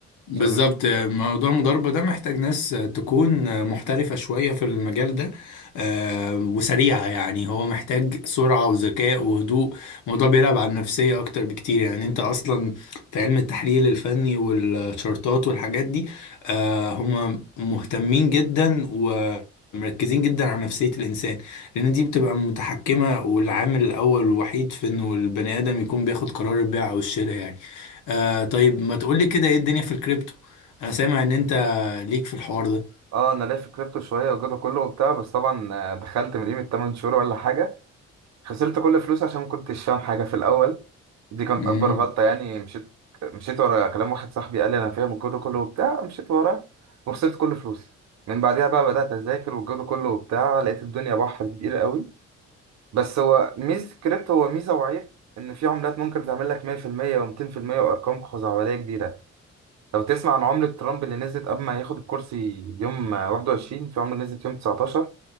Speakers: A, on the left; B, on the right.
A: بالظبط
B: عشان
A: موضوع المضاربة ده محتاج ناس تكون محترفة شوية في المجال ده آه، وسريعة يعني هو محتاج سرعة وذكاء وهدوء الموضوع بيلعب على النفسية أكتر بكتير يعني أنت أصلا في علم التحليل الفني والشارتات والحاجات دي آه، هم مهتمين جدا و مركزين جدا على نفسية الإنسان لأن دي بتبقى متحكمة والعامل الأول والوحيد في إنه البني آدم يكون بياخد قرار البيع أو الشراء يعني آه طيب ما تقولي كده ايه الدنيا في الكريبتو انا سامع ان انت ليك في الحوار ده
B: اه انا ليا في الكريبتو شويه والجزء كله وبتاع بس طبعا آه، دخلت من قيمه 8 شهور ولا حاجه خسرت كل فلوسي عشان ما كنتش فاهم حاجة في الأول دي كانت
A: امم
B: اكبر غلطه يعني مشيت مشيت ورا كلام واحد صاحبي قال لي انا فاهم الجو ده كله وبتاع مشيت وراه وخسرت كل فلوسي من بعدها بقى بدات اذاكر والجو ده كله وبتاع لقيت الدنيا بحر كبير قوي بس هو ميزه الكريبتو هو ميزه وعيب ان في عملات ممكن تعمل لك 100% و200% وارقام خزعبليه كبيره لو تسمع عن عمله ترامب اللي نزلت قبل ما ياخد الكرسي يوم 21 في عمله نزلت يوم 19